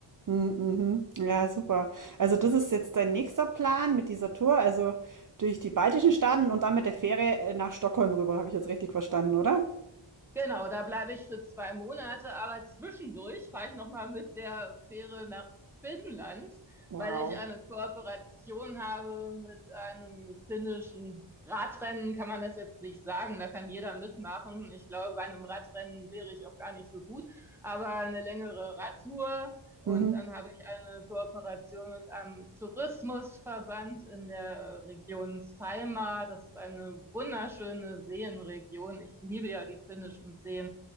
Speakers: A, on the right; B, in the centre.
A: Mm, Mhm. Ja, super. Also das ist jetzt dein nächster Plan mit dieser Tour, also durch die baltischen Staaten und dann mit der Fähre äh, nach Stockholm rüber, habe ich jetzt richtig verstanden, oder?
B: Genau, da bleibe ich für 2 Monate, aber zwischendurch fahre ich noch mal mit der Fähre nach Finnland,
A: Wow.
B: weil ich eine Kooperation habe mit einem finnischen Radrennen, kann man das jetzt nicht sagen, da kann jeder mitmachen. Ich glaube, bei einem Radrennen wäre ich auch gar nicht so gut, aber eine längere Radtour und
A: Mhm.
B: dann habe ich eine Kooperation mit einem Tourismusverband in der äh, Region Saimaa. Das ist eine wunderschöne Seenregion. Ich liebe ja die finnischen Seen.